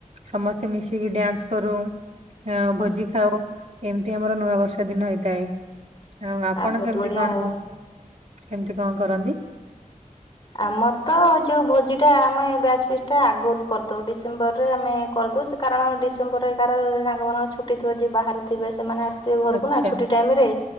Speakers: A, on the right (about 55°); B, on the left (about 35°).
A: ସମସ୍ତେ ମିଶିକି ଡ୍ୟାନ୍ସ କରୁ,
B: ହୁଁ
A: ଭୋଜି ଖାଉ। ଏମିତି ଆମର ନୂଆ ବର୍ଷ ଦିନ ହେଇଥାଏ। ଆଉ ଆପଣ
B: ବହୁତ
A: କେମିତି
B: ବଢିଆ
A: କଣ
B: ଆଉ।
A: ହ କେମିତି କଣ କରନ୍ତି?
B: ଆମର ତ ଯୋଉ ଭୋଜିଟା, ଆମେ ବ୍ୟାଚ ଫିଷ୍ଟଟା ଆଗରୁ କରିଦଉ। ଡିସେମ୍ବର ରେ ଆମେ କାରଣ ଡିସେମ୍ବରରେ କାହାର ସାଙ୍ଗମାନଙ୍କର ଛୁଟିଥିବ। ଯିଏ ବାହାରେ ଥିବେ ସେମାନେ ଆସି ଥିବେ ଘରକୁ
A: ଆଚ୍ଛା
B: ନା ଛୁଟି ଟାଇମରେ।